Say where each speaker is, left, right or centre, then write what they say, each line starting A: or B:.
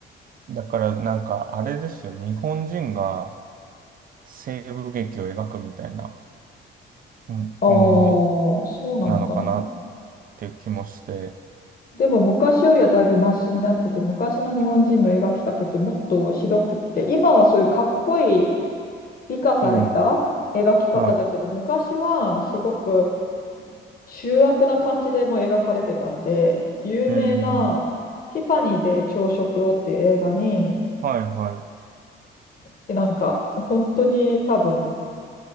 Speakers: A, on the right; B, on the left.
A: だからなんかあれですよ、日本人が西部劇を描くみたいな、うん、
B: ああ、
A: もの
B: そうなのかな。
A: なのかなっていう気もして、
B: でも昔よりはだいぶマシになってて、昔の日本人の描き方ってもっとひどくって、今はそういうかっこいい美化された描き方だけど、
A: うん、は
B: 昔はすごく醜悪な感じでもう描かれてたんで、有名なティファニーで朝食をっていう映画に、
A: い、うーん、はいはい、
B: なんか本当に多分、